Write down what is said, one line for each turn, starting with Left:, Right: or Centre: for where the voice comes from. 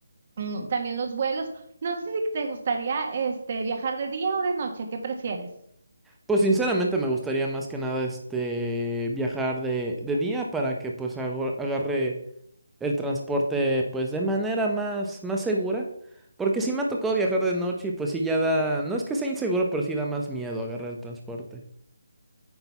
Right: Mm, también los vuelos. No sé si te gustaría este viajar de día o de noche, ¿qué prefieres?
Centre: Pues sinceramente me gustaría más que nada este viajar de, de día para que pues ago- agarre el transporte pues de manera más, más segura. Porque sí me ha tocado viajar de noche y pues sí ya da, no es que sea inseguro, pero sí da más miedo agarrar el transporte.